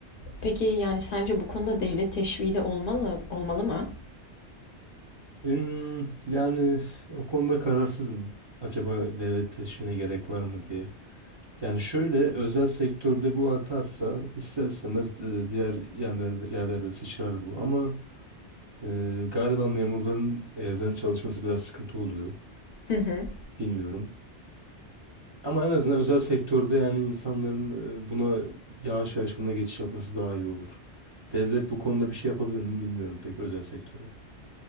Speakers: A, on the left; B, on the right.
A: Peki yani sence bu konuda devlet teşviği de olmalı, olmalı mı?
B: Hmm, yani o konuda kararsızım. Acaba devlet teşvine gerek var mı diye. Yani şöyle özel sektörde bu artarsa ister istemez e, diğer yerlerde, yerlerde sıçrar bu. Ama e, galiba memurların evden çalışması biraz sıkıntı oluyor.
A: Hı hı.
B: Bilmiyorum. Ama en azından özel sektörde yani insanların e, buna yavaş yavaş buna geçiş yapması daha iyi olur. Devlet bu konuda bir şey yapabilir mi bilmiyorum pek özel sektörde.